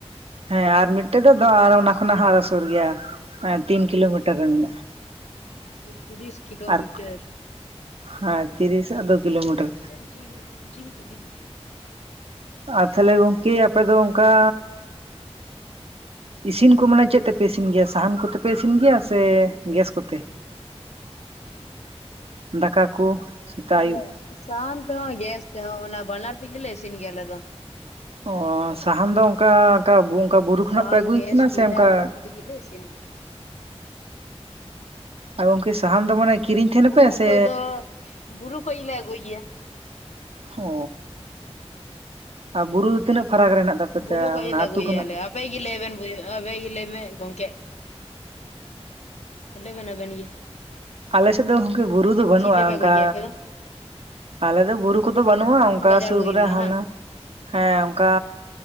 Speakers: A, on the right (about 60°); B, on the left (about 80°).
A: ᱦᱮᱸ ᱟᱨ ᱢᱤᱫᱴᱮᱡ ᱫᱚ ᱚᱱᱟ ᱠᱷᱚᱱᱟᱜ ᱦᱚᱸ ᱟᱨᱚ ᱥᱩᱨ ᱜᱮᱭᱟ ᱛᱤᱱ ᱠᱤᱞᱳᱢᱤᱴᱟᱨ ᱨᱮ ᱢᱮᱱᱟᱜᱼᱟ
B: ᱛᱤᱨᱤᱥ ᱠᱤᱞᱳᱢᱤᱴᱟᱨ
A: ᱟᱨ ᱦᱮᱸ ᱛᱤᱨᱤᱥ ᱟᱨ ᱫᱩ ᱠᱤᱞᱳᱢᱤᱴᱟᱨ
B: ᱡᱤᱢ ᱡᱤᱢ ᱡᱤᱡᱤᱢ
A: ᱟᱨ ᱛᱟᱦᱚᱞᱮ ᱜᱚᱢᱠᱮ ᱟᱯᱮ ᱫᱚ ᱚᱱᱠᱟ ᱤᱥᱤᱱ ᱠᱚ ᱢᱟᱱᱮ ᱪᱮᱫ ᱛᱮᱯᱮ ᱤᱥᱤᱱ ᱜᱮᱭᱟ ᱥᱟᱦᱟᱱ ᱠᱚᱛᱮ ᱯᱮ ᱯᱮ ᱤᱥᱤᱱ ᱜᱮᱭᱟ ᱥᱮ ᱜᱮᱥ ᱠᱚᱛᱮ ᱫᱟᱠᱟ ᱠᱚ ᱥᱮᱛᱟᱜ
B: ᱟᱞᱮ
A: ᱟᱹᱭᱩᱵ
B: ᱥᱟᱦᱟᱱ ᱛᱮᱦᱚᱸ ᱜᱮᱥ ᱛᱮᱦᱚᱸ ᱚᱱᱟ ᱵᱟᱱᱟᱨ ᱛᱮᱜᱮᱞᱮ ᱤᱥᱤᱱ ᱜᱮᱭᱟ ᱟᱞᱮ ᱫᱚ
A: ᱚ ᱥᱟᱦᱟᱱ ᱫᱚ ᱚᱱᱠᱟ ᱚᱱᱠᱟ ᱚᱱᱠᱟ ᱵᱩᱨᱩ ᱠᱷᱚᱱᱟᱜ
B: ᱥᱟᱦᱟᱱ
A: ᱯᱮ ᱟᱹᱜᱩᱭᱮᱫ
B: ᱜᱮᱥ
A: ᱛᱟᱦᱮᱱᱟ
B: ᱠᱚᱭᱞᱟ
A: ᱥᱮ ᱚᱱᱠᱟ
B: ᱚᱱᱟ ᱠᱚᱛᱮ ᱜᱮᱞᱮ ᱤᱥᱤᱱᱟ
A: ᱚ ᱜᱚᱝᱠᱮ ᱥᱟᱦᱟᱱ ᱫᱚ ᱢᱟᱱᱮ ᱠᱤᱨᱤᱧ ᱛᱟᱦᱮᱱᱟ
B: ᱵᱩᱨᱩ
A: ᱯᱮ ᱥᱮ
B: ᱠᱚᱡᱫᱚ ᱵᱩᱨᱩ ᱠᱚᱡᱞᱮ ᱟᱹᱜᱩᱭ ᱜᱮᱭᱟ
A: ᱚ ᱟᱨ ᱵᱩᱨᱩ ᱛᱤᱱᱟᱹᱜ ᱯᱷᱟᱨᱟᱠ ᱨᱮ ᱦᱮᱱᱟᱜ ᱛᱟᱯᱮ
B: ᱵᱩᱨᱩ
A: ᱛᱮ
B: ᱠᱷᱚᱱᱚᱡ
A: ᱚᱱᱟ
B: ᱜᱮᱞᱮ
A: ᱟᱹᱛᱩ
B: ᱟᱹᱜᱩᱭᱮᱭᱟᱞᱮ
A: ᱠᱷᱚᱱᱟᱜ
B: ᱟᱯᱮᱜ ᱜᱮ ᱞᱟᱹᱭ ᱵᱮᱱ ᱵᱚᱭ ᱟᱯᱮ ᱜᱮ ᱞᱟᱹᱭᱢᱮ ᱜᱚᱝᱠᱮ ᱞᱮᱭᱵᱮᱱ ᱵᱮᱱ ᱟᱵᱮᱱ ᱜᱤ
A: ᱟᱞᱮ ᱥᱮᱫ ᱫᱚ ᱠᱤ ᱵᱩᱨᱩ ᱫᱚ ᱵᱟᱹᱱᱩᱜᱼᱟ
B: ᱛᱮᱯᱮ
A: ᱚᱱᱠᱟ
B: ᱟᱹᱜᱩᱭ ᱜᱮᱭᱟ ᱟᱯᱮ ᱫᱚ?
A: ᱟᱞᱮ ᱫᱚ ᱵᱩᱨᱩ ᱠᱚᱫᱚ ᱵᱟᱹᱱᱩᱜᱼᱟ ᱚᱱᱠᱟ
B: ᱜᱟᱡᱟᱲ
A: ᱥᱩᱨ
B: ᱠᱚ
A: ᱠᱚᱨᱮ
B: ᱤᱭᱟᱹ ᱢᱮᱱᱟᱜᱼᱟ
A: ᱦᱟᱱᱟ
B: ᱵᱟᱝ?
A: ᱦᱮᱸ ᱚᱱᱠᱟ